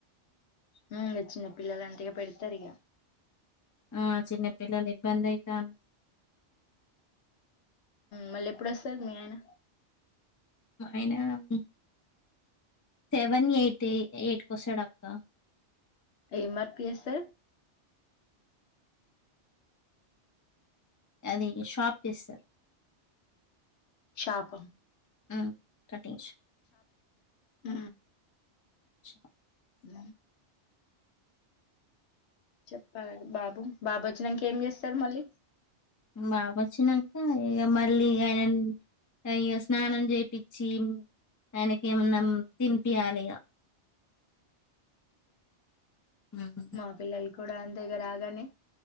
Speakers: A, on the left; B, on the left.
A: ఉ నచ్చింది పిల్లలు అంతగా పెడతారు ఇక
B: ఆ చిన్నపిల్లలు ఇబ్బందైతాండి
A: మళ్ళీ ఎప్పుడుొస్తారు మీ ఆయినా
B: మా ఆయన ఊ సెవెన్ ఎయిట్ ఎ ఎయిట్కి వస్తాడుక్క
A: ఏం వర్క్ చేస్తారు
B: అది షాప్ చేస్సార్
A: శాప
B: ఉ కటింగ్ షాప్
A: ఉ
B: షాప్.
A: ఉ చెప్పాలి బాబు బాబు వచ్చినాక ఏం చేస్తారు మళ్ళీ
B: బాబ వచ్చినాక ఇక మళ్ళీ ఆయన ఇక స్నానం చేపచ్చి ఆయనకి ఏమన్నా తినిపియాలి ఇక హ్మ్.
A: మా పిల్లలు కూడా అ దగ్గర ఆగానే